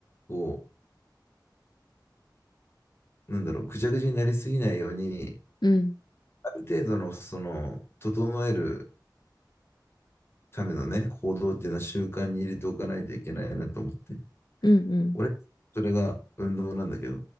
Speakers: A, on the left; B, on the left.
A: こう、なんだろう、ぐちゃぐちゃになりすぎないように、
B: うん、
A: ある程度の、その、整えるためのね、行動っていうのは習慣に入れておかないといけないなと思って。
B: うん、うん、
A: 俺、それが運動なんだけど、